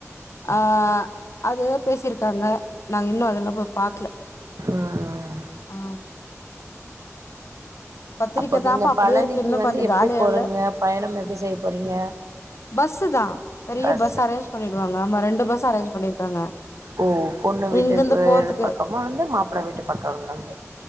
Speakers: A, on the left; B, on the right.
A: ஆஹ் அதுதா பேசிருக்காங்க நாங்க இன்னு அதெல்லா போய் பாக்கல
B: ஆஹ் ஆஹ்
A: ஆஹ் பத்திரிக்க
B: அப்போ நீங்க
A: தான்ப்ப அப்டியே
B: பழனிக்கு
A: இருக்கு இன்னு
B: வந்து
A: கொஞ்ச
B: எப்டி
A: காலி
B: போறீங்க
A: ஆவுல
B: பயணம் எப்டி செய்ய போறீங்க
A: பஸ் தா பெரிய
B: பஸ்ஸு
A: பஸ் அரேஞ்ச் பண்ணிடுவாங் ஆமா ரெண்டு பஸ்ஷு அரெஞ்ச் பண்ணிருக்காங்க
B: ஓ பொண்ணு வீட்டுக்கு
A: இங்கிருந்து போறதுக்கு
B: பக்கமா வந்து மாப்ள்ள வீட்டு பக்கம் வந்து